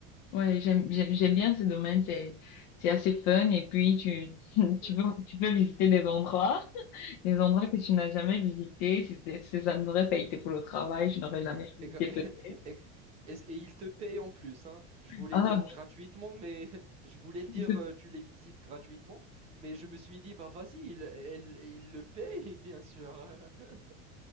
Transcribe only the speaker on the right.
Ouais.
Et,
gra-
et gra- <laughs>
et gra- et- s- et ils te payent en plus, hein. Je voulais
dire gratuitement, mais <laughs> je voulais dire
euh, tu les visites gratuitement, mais je me suis dit, bah vas-y, ils elle- ils le payent, <laughs> bien sûr. <laughs>